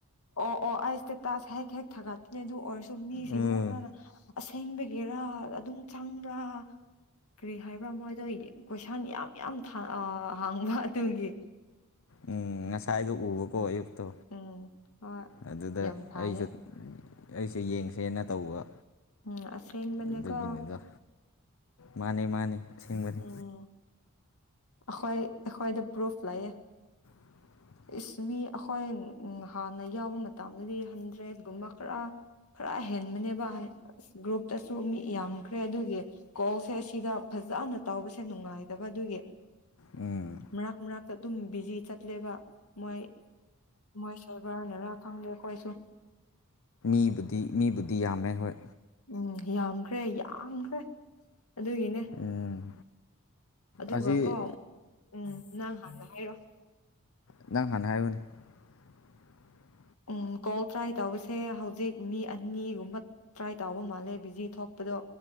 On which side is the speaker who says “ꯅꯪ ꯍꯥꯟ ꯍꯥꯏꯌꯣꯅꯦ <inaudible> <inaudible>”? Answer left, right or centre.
Left